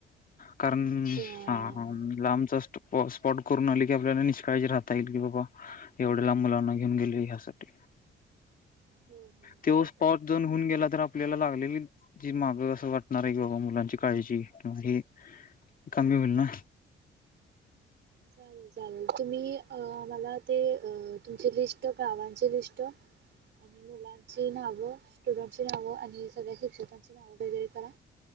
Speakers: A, on the left; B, on the right.
A: कारण
B: चालेल
A: हा हा लांबचा स्पॉ स्पॉट करून आली की आपल्याला निष्काळजी राहता येईल की बाबा एवढ्या लांब मुलांना घेऊन गेले ह्यासाठी.
B: हो हो
A: त्यो
B: ठीक
A: स्पॉट
B: आहे.
A: जाऊन होऊन गेला तर आपल्याला लागलेली जी माग असं वाट होणार की बाबा मुलांची काळजी किंवा हे कमी होईल ना?
B: चालेल चालेल तुम्ही अ मला ते अ तुमची लिस्ट गावांचे लिस्ट
A: <inaudible>
B: आणि मुलांची नाव स्टुडंटची नावं आणि सगळ्या शिक्षकांची नावं वगैरे करा.